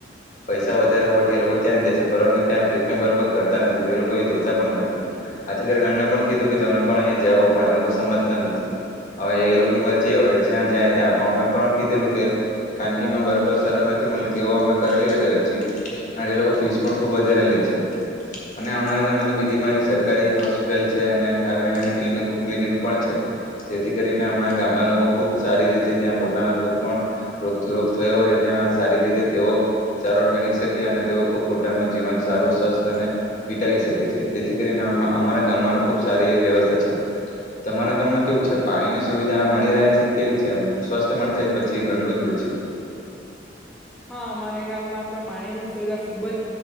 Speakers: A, on the left; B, in the centre.
A: પૈસા વધારે હોવાથી એ લોકો ત્યાં જ જાય છે, પરંતુ ત્યાં ટ્રીટમેન્ટ બરાબર કરતા નથી લોકો એ જોતા પણ નથી આથી કરીને એમને પણ કીધું કે તમે પણ અહીંયા જાઓ પણ એ લોકો. સમજતા નથી હવે એ લોકોની <unintelligible> જ્યાં જ્યાં ત્યાં પણ અમે પણ કીધેલું કે ખાનગીમાં બરાબર સારવાર નથી મળતી તેઓ અમે કરેલી હતી અરજી અને એ લોકો ફીસ પણ ખૂબ <unintelligible> છે, અને અમારા ગામમાં તો બીજી પણ એવી સરકારી હોસ્પિટલ છે, અને આવી નાનાની ક્લનિક ક્લિનિક. જેથી કરીને અમારા ગામના લોકો ખુબ સારી રીતે ત્યાં પોતાનો કોઈ પણ રોગ થયો હોય ત્યાં સારી રીતે તેઓ સારવાર મેળવી શકે અને તેઓ ખૂબ પોતાનું જીવન સારું સ્વસ્થ અને <unintelligible> શકે છે, જેથી કરીને અમારા ગામમાંનો ખુબ સારી એ વ્યવસ્થા છે. તમારા ગામમાં કેવું છે, પાણીની સુવિધા મળી રહે છે, કે કેવી છેમ સ્વસ્થ મળે છે, કે પછી ગંડું જ હોય છે.
B: હા અમારા ગામમાં તો પાણીની સુવિધા ખુબ જ